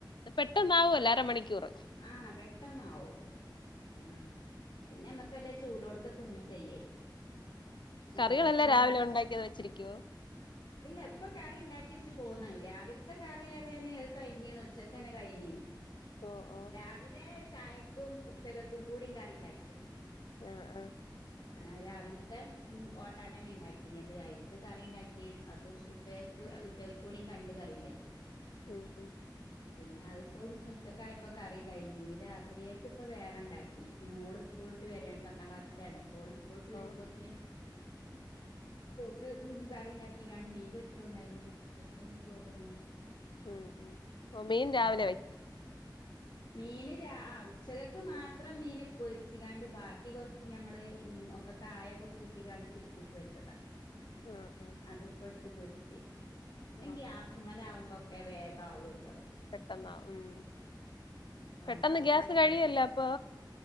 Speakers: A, on the left; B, on the left.
A: പെട്ടെന്ന് അവൊല്ലോ അരമണിക്കൂറ്
B: ആഹ് പെട്ടന്നാവും ഉം പിന്നെ മ്മക്കല്ല ചൂടോടുക്കെ തിന്നും ചെയ്യേ. ചൂടോട്ക്കാവുമ്പോ
A: കറികളെല്ലാം രാവിലെണ്ടാക്കിയത് വെച്ചിരിക്കുവോ?
B: ഇല്ല ഇപ്പ കറിണ്ടാക്കി വെച്ച് പോന്ന് രാവിൽത്തെ കറി റിയാന് കഴിഞ്ഞീണ് ഉച്ചക്കന്നെ കഴിഞ്ഞ്.
A: ഓ ഓ
B: രാവിലെ ചായക്കും ഉച്ചകക്കും കൂടി കറിണ്ടാക്കിയത്.
A: ആ ആ
B: ആ രാവിൽത്തെ ഉം ഓട്ടാടന്നെ ണ്ടാക്കിന് അത് കഴിച് കറി ണ്ടാക്കി അതും ഉച്ച ഉച്ചകൂടിയും കണ്ട് കറി ണ്ടാക്കി.
A: ഉം ഉം
B: പിന്നെ അതിപ്പം ഉച്ചക്കായപ്പ കറി കഴിഞ്ഞ് ഇനി രാത്രിയൊക്കിപ്പ വേറെണ്ടാക്കി മോള് സ്കൂ വിട്ട് വെരാൻ പത്താം ക്ലാസിലാണ് അപ്പോള്‌ സ്കൂൾ വിട്ട്
A: ഓ
B: വരുമ്പൊത്തന്
A: ഓ
B: ക്ക് കറിണ്ടാക്കികാണ്ട് മീൻ പൊരിച്ചോണ്ടായിന് അപ്പോള് കഞ്ഞി ചോറോന്നോ
A: ഉം ഉം ഓ മീൻ
B: ഉം
A: രാവിലെ വെക്കും
B: മീന് രാ ആ ഉച്ചകക്ക് മാത്രം മീന് പൊരിച്ച്കാണ്ട് ബാക്കി കൊറച്ച് ഞമ്മള് ഉം ഒക്കെ കായൊക്കെ കൂട്ടിക്കാണ്ട് പിഡിജിക്ക് വെച്ചതാ.
A: ഉം ഉം
B: അത്പ്പടുത്ത് പൊരിച്ച്
A: ഓ
B: അയ്ഗ്യാസ്
A: ഓ
B: മേലാകുമ്പ ക്കെ വേഗാവുല്ലോ.
A: പെട്ടെന്നാവും ഉം
B: നമ്മളിപ്പടുപ്പത്ത്
A: പെട്ടെന്ന് ഗ്യാസ്
B: തീയ്യുട്ട്ന്നാ
A: കഴിയല്ലോ അപ്പൊ